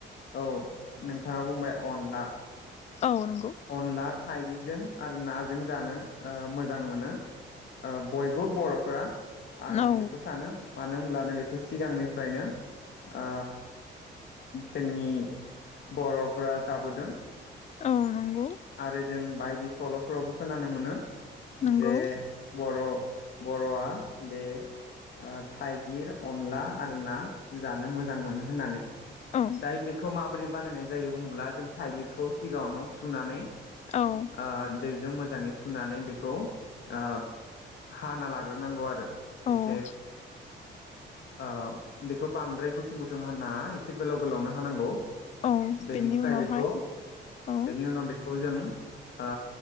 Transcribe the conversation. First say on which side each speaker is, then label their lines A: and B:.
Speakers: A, on the left; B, on the left.
A: औ नोंथाङा बुंबाय अनला
B: औ नंगौ
A: अनला थाइगिरजों आरो नाजों जानो ओ मोजां मोनो ओ बयबो बरफ्रा आं
B: औ
A: बेखौ सानो मानो होमब्ला नै खौ सिगांनिफ्रायनो ओ जोंनि बरफ्रा जाबोदों
B: औ नंगौ
A: आरो जों बायदि सलफ्रावबो खोनानो मोनो
B: नंगौ
A: जे बर बरआ बे ओ थाइगिर अनला आरो ना जानो मोजां मोनो होननानै
B: औ
A: दायो बेखौ मा ब्रै बानायनाय जायो बुङोब्ला जों थाइगिरखौ सिगाङावन सुनानै
B: औ
A: ओ दैजों मोजाङै सुनानै बेखौ ओ हाना लाग्रोनांगौ आरो
B: औ
A: एसे ओ बेखौ बांद्राय गुसुं गुसुं हानाङा एसे गोलाव गोलावनो हानांगौ
B: औ
A: बेनिफ्राय
B: बेनि उनावहाय
A: बेखौ
B: औ
A: बेनि उनाव बेखौ जों ओ